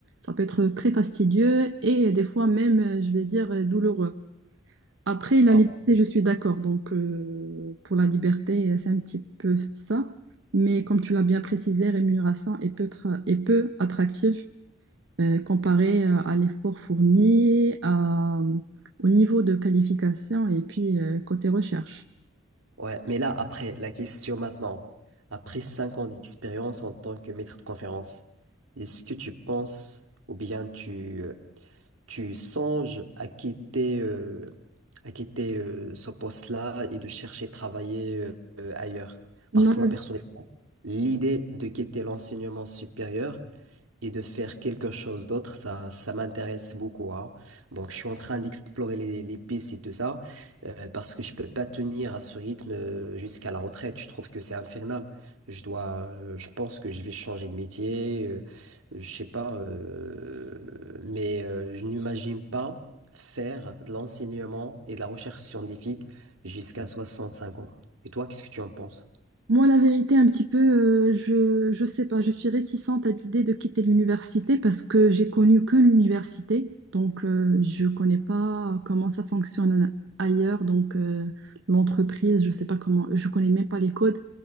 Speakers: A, on the right (about 60°); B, on the right (about 80°).
A: Ça peut être très fastidieux et des fois même, euh, je vais dire, euh, douloureux. Après, la
B: Ah,
A: liberté, je suis d'accord. Donc, euh, pour la liberté, euh, c'est un petit peu ça. Mais comme tu l'as bien précisé, rémunération est peu, tra- est peu attractive euh, comparée euh, à l'effort fourni, à- au niveau de qualification et puis euh, côté recherche.
B: ouais, mais là, après, la question maintenant, après cinq ans d'expérience en tant que maître de conférence, est-ce que tu penses ou bien tu... euh, tu songes à quitter, euh, à quitter euh, ce poste-là et de chercher à travailler euh, euh, ailleurs. Parce
A: Non,
B: que moi, personnellement, l'idée de quitter l'enseignement supérieur, et de faire quelque chose d'autre, ça, ça m'intéresse beaucoup. hein. Donc, je suis en train d'explorer les, les pistes et tout ça, euh, parce que je peux pas tenir à ce rythme euh, jusqu'à la retraite. Je trouve que c'est infernal. Je dois, euh, je pense que je vais changer de métier, euh, je sais pas, euh, mais euh, je n'imagine pas faire de l'enseignement et de la recherche scientifique jusqu'à 65 ans. Et toi, qu'est-ce que tu en penses?
A: Moi, la vérité, un petit peu, euh, je, je sais pas, je suis réticente à l'idée de quitter l'université parce que j'ai connu que l'université, donc euh, je connais pas comment ça fonctionne ailleurs, donc euh, l'entreprise, je sais pas comment, je connais même pas les codes.